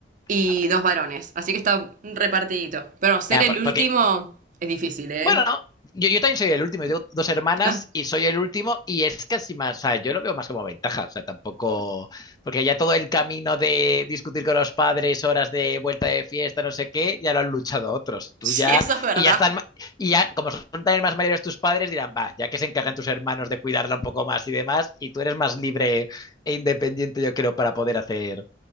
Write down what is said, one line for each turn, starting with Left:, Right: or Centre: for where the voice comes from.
Right: y
Left: Ah, vale.
Right: dos varones, así que está repartidito. Pero ser
Left: Ya,
Right: el
Left: por-
Right: último
Left: porque
Right: es difícil, ¿eh?
Left: Bueno, yo, yo también soy el último, yo tengo dos hermanas
Right: Ah,
Left: y soy el último y es casi más, o sea, yo lo veo más como ventaja, o sea, tampoco, porque ya todo el camino de discutir con los padres, horas de vuelta de fiesta, no sé qué, ya lo han luchado otros, tú
Right: sí,
Left: ya,
Right: eso es verdad.
Left: y ya están, ma- y ya, como son también más mayores tus padres, dirán, va, ya que se encargan tus hermanos de cuidarla un poco más y demás, y tú eres más libre e independiente, yo creo, para poder hacer